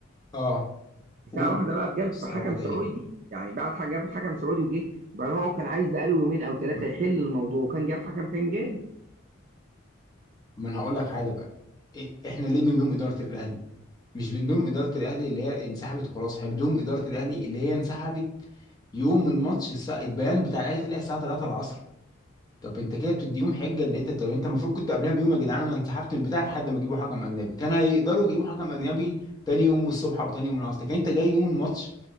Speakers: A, on the left; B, on the right.
A: اه
B: في ساعة
A: قول
B: واحدة بقى جاب
A: الساعه
B: حكم
A: واحدة
B: سعودي
A: ايه
B: يعني بعد حاجة جاب حكم سعودي وجه يبقى لو هو كان عايز بقاله يومين أو ثلاثة
A: ما
B: يحل الموضوع وكان جاب حكم كان جاب
A: ما انا هقول لك حاجه بقى إيه احنا ليه بنلوم اداره الاهلي مش بنلوم اداره الاهلي اللي هي انسحبت وخلاص احنا بنلوم اداره الاهلي اللي هي انسحبت يوم الماتش الساعة البيان بتاع الاهلي طلع الساعه 3 العصر طب انت كده بتديهم حجه اللي انت طب انت المفروض كنت قبلها بيوم يا جدعان انا انسحبت من البتاع لحد ما يجيبوا حكم اجنبي كان هيقدروا يجيبوا حكم اجنبي تاني يوم الصبح او تاني يوم العصر لكن انت جاي يوم الماتش